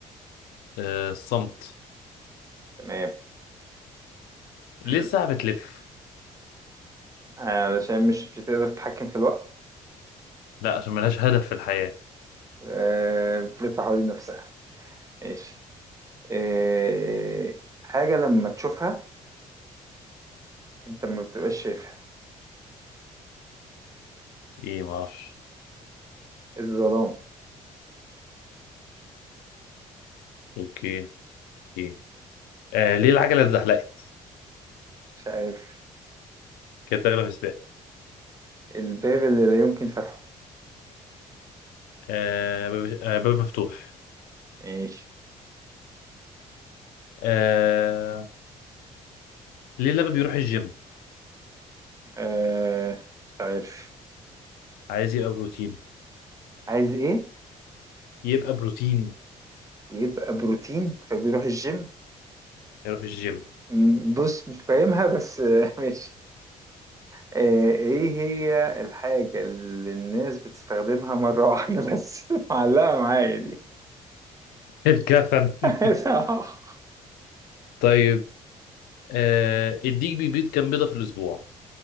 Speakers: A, on the left (about 60°); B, on the right (about 20°).
A: آه... الصمت
B: تمام
A: ليه
B: آه،
A: الساعة بتلف
B: علشان مش بتقدر تتحكم في الوقت
A: لا عشان ملهاش هدف في الحياة
B: آه، بتلف حوالين نفسها ماشي آه، حاجة لما تشوفها انت ما بتبقاش شايفها
A: ايه ما اعرفش
B: الظلام
A: اوكي ايه آه... ليه العجلة اتزحلقت
B: مش عارف
A: كانت داخلة في سباق
B: الباب اللي لا يمكن فتحه
A: آه... باب آه... باب مفتوح
B: ماشي
A: آه... ليه لما بيروح الجيم
B: آه، مش عارف
A: عايز يبقى بروتين
B: عايز ايه
A: يبقى بروتين
B: يبقى بروتين فبيروح الجيم
A: يروح الجيم <laughs>
B: م- بص مش فاهمها بس آه، <laughs> ماشي آه، ايه هي الحاجة اللي الناس بتستخدمها مرة واحدة بس <laughs> معلقة معايا
A: الكفن
B: <laughs>
A: <laughs> طيب آه الديك بيبيض كام بيضة في الأسبوع